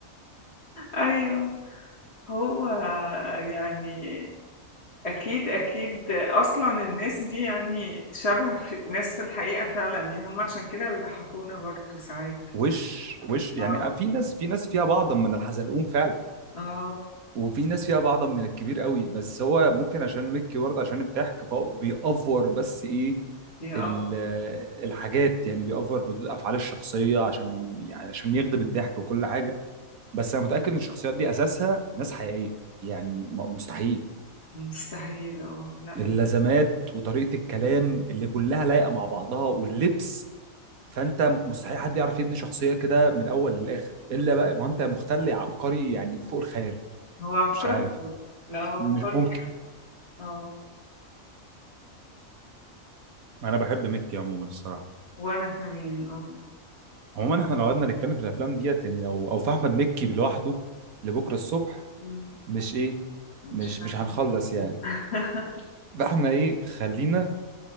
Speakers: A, on the left; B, on the right.
A: ايوه هو يعني أكيد أكيد أصلا الناس دي يعني شبه في ناس في الحقيقة فعلا يعني هم عشان كده بيضحكونا برضه ساعات
B: وش وش يعني
A: آه.
B: آه، في ناس في ناس فيها بعضا من الحزلقوم فعلا
A: اه
B: وفي ناس فيها بعضا من الكبير قوي بس هو ممكن عشان ميكي برضه عشان الضحك فهو بيأفور بس ايه
A: يا
B: ال-
A: اه
B: الحاجات يعني بيأفور ردود افعال الشخصيه عشان يعني عشان يغضب الضحك وكل حاجه بس انا متأكد ان الشخصيات دي اساسها ناس حقيقيه يعني م- مستحيل
A: مستحيل اه لا
B: اللزمات وطريقة الكلام اللي كلها لايقة مع بعضها واللبس فانت مستحيل حد يعرف يبني شخصية كده من الاول للاخر الا بقى ما انت مختل عبقري يعني فوق الخيال
A: هو عبقري
B: مش عارف
A: برضه لا هو
B: مش
A: عبقري
B: ممكن
A: بجد. اه
B: انا بحب مكي عموما الصراحه
A: وأنا كمان اه
B: عموما احنا لو قعدنا نتكلم في الافلام ديت يعني او او في احمد مكي لوحده لبكره الصبح
A: مم،
B: مش ايه
A: مش
B: مش مش هنخلص يعني
A: عارفة <laughs>
B: فاحنا ايه خلينا